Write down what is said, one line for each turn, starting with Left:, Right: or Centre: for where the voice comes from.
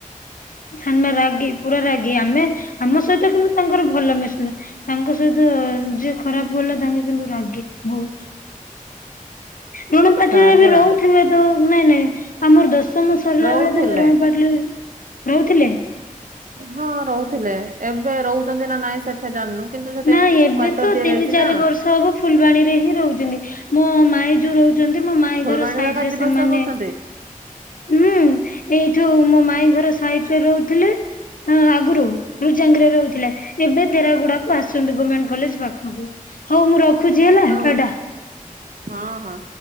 Left: ସାନମା ରାଗି ପୁରା ରାଗି ଆମେ ଆମ ସହିତ କିନ୍ତୁ ତାଙ୍କର ଭଲ ମିସ ତାଙ୍କ ସହିତ ଯିଏ ଖରାପ ଗଲା ତାଙ୍କେ କିନ୍ତୁ ରାଗେ ବହୁତ ଋଣପଟିରେ
Right: ସାର୍
Left: ବି
Right: ପରା
Left: ରହୁଥିବେ ତ ନାଇଁ ନାଇଁ ଆମର <unintelligible> ତମ ସରିଲା
Right: ରହୁଥିଲେ।
Left: ବେଳେ ତାଙ୍କ <unintelligible> ରହୁଥିଲେ?
Right: ହଁ ରହୁଥିଲେ ଏବେ ରହୁଛନ୍ତି ନା ନାଇଁ ସେଠା ଜାଣିନୁ? କିନ୍ତୁ ସେଠି
Left: ନାଇ ଏବେ
Right: କ୍ଵାର୍ଟର
Left: ତ
Right: ଦିଆଯାଇଛି
Left: ତିନି ଚାରି
Right: ନା
Left: ବର୍ଷ ହବ ଫୁଲବାଣୀରେ ହିଁ ରହୁଛନ୍ତି, ମୋ ମାଇ ଯୋଉ ରହୁଛି ଚନ୍ତି ମୋ ମାଇ
Right: ଫୁଲବାଣୀ
Left: ଘର ସାଇଡ
Right: ବାଖା
Left: ରେ
Right: ଯିବା
Left: ସେମାନେ
Right: ଆସିବା କରୁଛନ୍ତି
Left: ହୁଁ ଏଇଠୁ ମୋ ମାଇଁ ଘର ସାଇଟ ରେ ରହୁଥିଲେ। ହଁ ଆଗରୁ ରୁଜାଙ୍ଗରରେ ରହୁଥିଲେ। ଏବେ ତେରାଗୁଡା କୁ ଆସନ୍ତି ଗମେଣ୍ଟ କଲେଜ ପାଖକୁ ହଉ ମୁଁ ରଖୁଛି ହେଲା
Right: ଆଉ
Left: ଟା।
Right: ହଁ ହଁ।